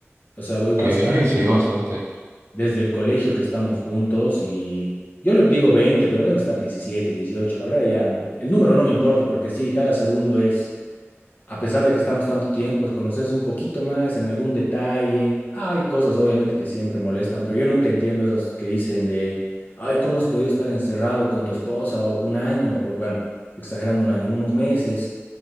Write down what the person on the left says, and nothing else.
o sea, voy
bastante
desde el colegio que estamos juntos y yo le digo 20 pero deben estar 17 dieciocho La verdad ya el número no me importa porque sí, cada segundo es, a pesar de que estamos tanto tiempo, es conocerse un poquito más en algún detalle. Hay cosas obviamente que siempre molestan, pero yo nunca entiendo esas que dicen de, ay, ¿cómo has podido estar encerrado con tu esposa un año? O bueno, exagerando un año, unos meses,